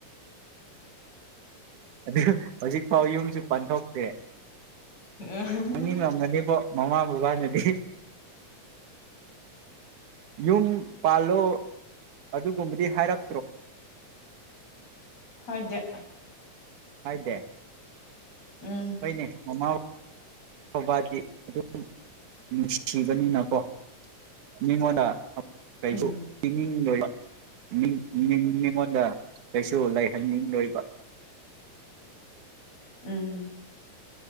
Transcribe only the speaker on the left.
ꯎꯝ
ꯍꯥꯏꯗꯦ
ꯎꯝ
ꯎꯝ
ꯎꯝ